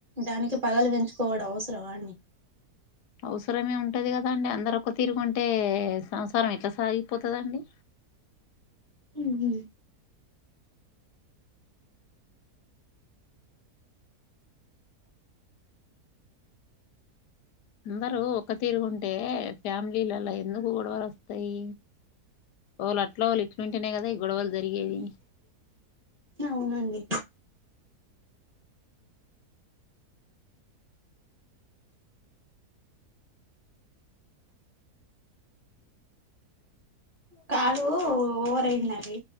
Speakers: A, on the right; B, on the left.
A: దానికి పగలు పెంచుకోవడం అవసరమా అండి
B: అవసరమే ఉంటది కదా అండి అందరు ఒక తిరుగుంటే సంసారం ఎట్లా సాగిపోతదండి
A: ఉమ్ హు
B: అందరూ ఒక్క తిరుగుంటే ఫ్యామిలీలలా ఎందుకు గొడవలు వస్తాయి ఒకళ్ళు అట్లా ఒకళ్ళు ఇట్లా ఉంటేనే గా కదా ఈ గొడవలు జరిగేవి
A: అవునండి కాలు ఓవర్ అయిందండి